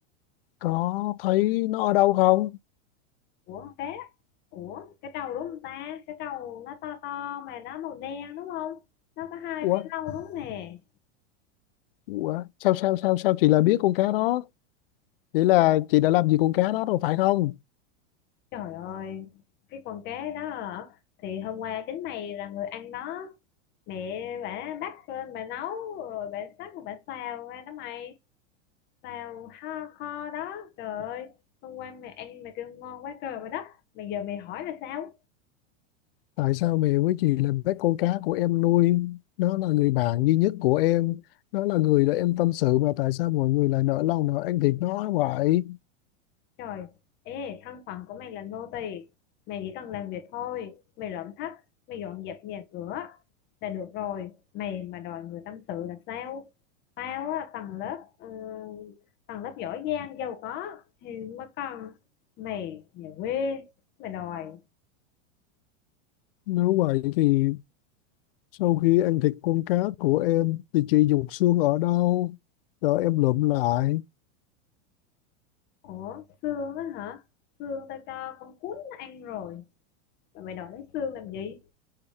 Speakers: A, on the left (about 50°); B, on the left (about 30°).
A: có thấy nó ở đâu không
B: Ủa cá Ủa cái trâu đúng không ta Cái trâu nó to to mà nó màu đen đúng không Nó có hai
A: ủa,
B: cái râu đúng nè
A: ủa sao sao sao sao chị lại biết con cá đó vậy là chị đã làm gì con cá đó rồi phải không
B: Trời ơi Cái con cá đó hả? Thì hôm qua chính mày là người ăn đó Mẹ bà bắt lên bà nấu Rồi bà sắc rồi bà xào ra đó mày Xào kho, kho đó Trời ơi Hôm qua mày ăn mày kêu ngon quá trời và đất Mà giờ mày hỏi là sao
A: tại sao mẹ với chị là bé con cá của em nuôi nó là người bạn duy nhất của em nó là người để em tâm sự mà tại sao mọi người lại nỡ lòng nào ăn thịt nó vậy
B: Trời, ê, thân phận của mày là nô tỳ, mày chỉ cần làm việc thôi, mày lượm thách, mày dọn dẹp nhà cửa là được rồi, mày mà đòi người tâm sự là sao? Tao á, tầng lớp ờ, tầng lớp giỏi giang giàu có thì mới cần mày nhà quê mày đòi
A: nếu vậy thì sau khi ăn thịt con cá của em thì chị dục xương ở đâu rồi em lượm lại
B: ủa xương á hả xương tao cho con cún nó ăn rồi mà mày đòi lấy xương làm gì